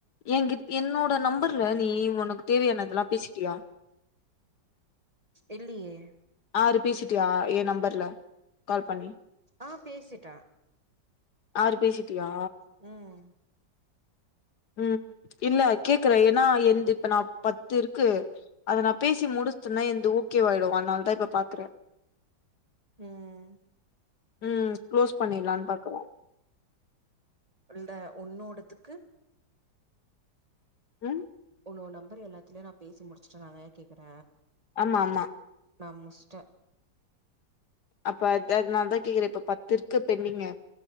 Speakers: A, on the left (about 65°); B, on the right (about 20°).
A: எ கி என்னோட நம்பர்ல நீ ஒனக்கு தேவயான இதல்லா பேசிட்டியா
B: இல்லியே
A: ஆறு பேசிட்டியா எ நம்பர்ல கால் பண்ணி
B: ஆ பேசிட்டே
A: ஆறு பேசிட்டியா
B: ம்
A: ம் இல்ல கேக்குறே ஏனா என்து இப்ப நா பத்துருக்கு அத நா பேசி முடிச்ட்டன்னா என்து ஓகேவாய்டு அன்னால தா இப்ப பா க்குறே
B: ம்
A: ம் க்ளோஸ் பண்ணிலான் பாக்குறே
B: இல்ட ஒன்னோடத்துக்கு
A: ம்
B: ஒன்னவோ நம்பர் எல்லாத்திலயு நா பேசி முடிச்சுட்டே னாதய கேக்குற
A: ஆமா ஆமா
B: நா முச்ட்ட
A: அப்ப அ அதனால தா கேக்குறே இப்ப பத்து இருக்கு பென்டிங்கு